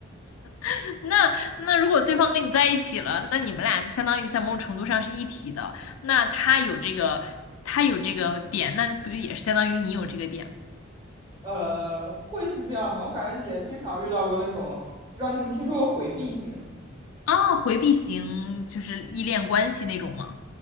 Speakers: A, on the left (about 85°); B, on the right (about 25°).
A: <laughs> 那那如果对方跟你在一起了，那你们俩就相当于在某种程度上是一体的。那他有这个，他有这个点，那不就也是相当于你有这个点
B: 呃，会是这样吗？我感觉也经常遇到过那种，不知道你们听说过回避型？
A: 啊？回避型就是依恋关系那种吗？